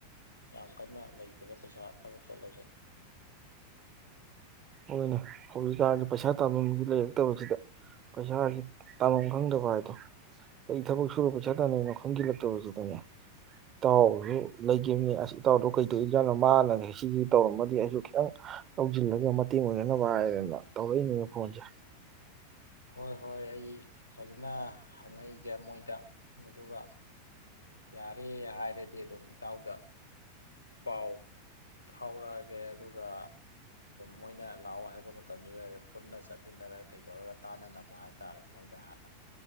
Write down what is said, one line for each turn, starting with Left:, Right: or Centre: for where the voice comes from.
Left: ꯌꯥꯝ ꯀꯟꯅ ꯂꯩꯇꯦꯗ ꯄꯩꯁꯥ ꯊꯕꯛ ꯆꯠꯂꯁꯨ
Right: ꯍꯣꯏꯅꯦ ꯍꯧꯖꯤꯛ ꯀꯥꯟꯁꯦ ꯄꯩꯁꯥ ꯇꯥꯟ ꯐꯝꯁꯨ ꯂꯩꯔꯛꯇꯕꯁꯤꯗ ꯄꯩꯁꯥꯁꯦ ꯇꯥꯟꯐꯝ ꯈꯪꯗꯕꯗꯣ ꯀꯩ ꯊꯕꯛ ꯁꯨꯔ ꯄꯩꯁꯥ ꯇꯥꯟꯗꯨꯏꯅꯣ ꯈꯪꯖꯤꯜꯂꯛꯇꯕꯗꯨꯗꯅꯦ ꯏꯇꯥꯎꯍꯣꯏꯁꯨ ꯂꯩꯒꯤꯝꯅꯤ ꯑꯁ ꯏꯇꯥꯎꯗꯨꯕꯨ ꯀꯩ ꯇꯧꯔꯤꯕ ꯖꯥꯠꯅꯣ ꯃꯥꯅꯒꯁꯤ ꯇꯧꯔꯝꯃꯗꯤ ꯑꯩꯁꯨ ꯈꯤꯇꯪ ꯌꯥꯎꯖꯤꯜꯂꯒ ꯇꯦꯡ ꯑꯣꯏꯅꯅꯕ ꯍꯥꯏꯗꯅ ꯇꯧꯔꯛꯏꯅꯤꯅꯦ ꯐꯣꯟꯁꯦ
Left: ꯍꯣꯏ ꯍꯣꯏ ꯑꯩ ꯐꯖꯅ ꯍꯪ ꯉꯛꯏꯒꯦ ꯃꯣꯏꯗ ꯑꯗꯨꯒ ꯌꯥꯔꯦ ꯍꯥꯏꯔꯗꯤ ꯑꯗꯨꯝ ꯏꯇꯥꯎꯗ ꯄꯥꯎ ꯐꯥꯎꯔꯛꯑꯒꯦ ꯑꯗꯨꯒ ꯃꯣꯏꯅ ꯂꯥꯛꯑꯣ ꯍꯥꯏꯕ ꯃꯇꯝꯗꯨꯗꯩꯗ ꯄꯨꯟꯅ ꯆꯠꯃꯤꯟꯅꯔ ꯀꯩꯗꯧꯔꯒ ꯇꯥꯅꯅꯕ ꯍꯥꯏꯇꯥꯔꯦ ꯃꯣꯏꯗ ꯍꯥꯟꯅ